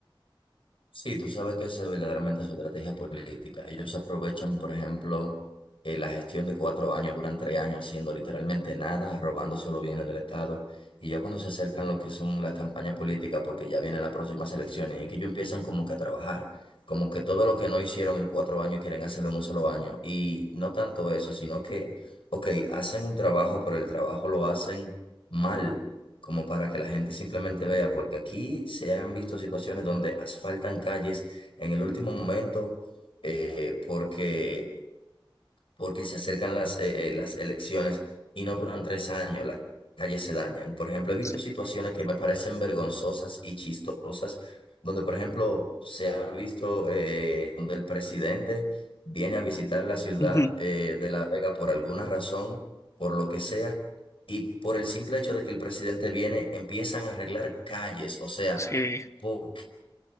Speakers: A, on the left; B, on the left.
A: Sí, tú sabes que esa es verdaderamente su estrategia política. Ellos aprovechan, por ejemplo, eh, la gestión de cuatro años, duran tres años haciendo literalmente nada, robándose los bienes del Estado. Y ya cuando se acercan lo que son las campañas políticas, porque ya vienen las próximas elecciones, y que ellos empiezan como que a trabajar, como que todo lo que no hicieron en cuatro años quieren hacerlo en un solo año. Y no tanto eso, sino que, ok, hacen un trabajo, pero el trabajo lo hacen mal como para que la gente simplemente vea, porque aquí se han visto situaciones donde asfaltan calles en el último momento eh, porque porque se acercan las, eh, eh, las elecciones y no duran tres años, las calles se dañan. Por ejemplo, he visto
B: Sí.
A: situaciones que me parecen vergonzosas y chistosas, donde, por ejemplo, se ha visto eh, donde el presidente viene a visitar la ciudad
B: Ujú.
A: eh, de La Vega por alguna razón, por lo que sea. Y por el simple hecho de que el presidente viene, empiezan a arreglar calles. O sea,
B: Sí,
A: ¿por qué?